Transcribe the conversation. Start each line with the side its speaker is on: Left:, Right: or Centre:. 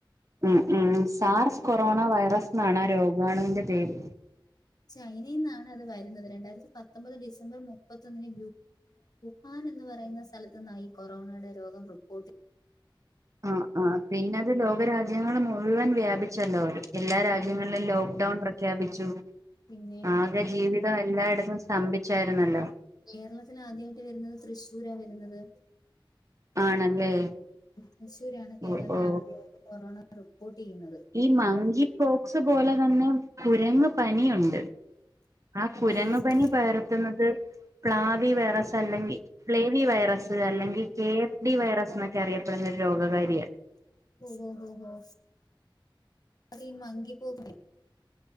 Right: ഉം ഉം സാർസ് കൊറോണ വൈറസ് എന്നാണ് ആ രോഗാണുവിന്റെ പേര്.
Left: ചൈനയി നിന്നാണ് അത് വരുന്നത് രണ്ടായിരത്തി പത്തൊമ്പത് ഡിസംബർ മുപ്പത്തൊന്നിന്. ഹാൻ എന്ന് പറയുന്ന സ്ഥലത്തു നിന്നാ കൊറോണയുടെ രോഗം റിപ്പോർട്ട് ചെ.
Right: ആ ആ പിന്നത് ലോകരാജ്യങ്ങൾ മുഴുവൻ വ്യാപിച്ചല്ലോ അവര് എല്ലാ രാജ്യങ്ങളിലും ലോക്ക് ഡൌൺ പ്രഖ്യാപിച്ചു.
Left: പിന്നെ
Right: ആകെ ജീവിതം എല്ലായിടത്തും സ്തംഭിച്ചായിരുന്നല്ലോ.
Left: കേരളത്തി ആദ്യമായിട്ട് വരുന്നത് തൃശ്ശൂരാ വരുന്നത്
Right: ആണല്ലേ
Left: തൃശൂരാണ് കേരളത്തി
Right: ഓ ഓ
Left: ആദ്യത്തെ കൊറോണ റിപ്പോർട്ട് ചെയ്യുന്നത്.
Right: ഈ മങ്കി പോക്സ് പോലെ തന്നെ കുരങ്ങ പനിയുണ്ട് ആ കുരങ്ങ
Left: ഹാ ഹാ
Right: പനി
Left: ഹാ
Right: പകർത്തുന്നത്. പ്ലാവി വിറസ അല്ലെങ്കിൽ. ഫ്ലേവി വൈറസ് അല്ലെങ്കിൽ കെ എഫ് ഡി വൈറസ് എന്നൊക്കെ അറിയപ്പെടുന്ന ഒരു രോഗകാരിയാണ്.
Left: ഓഹ് ഹ അ മങ്കി പോക്ക.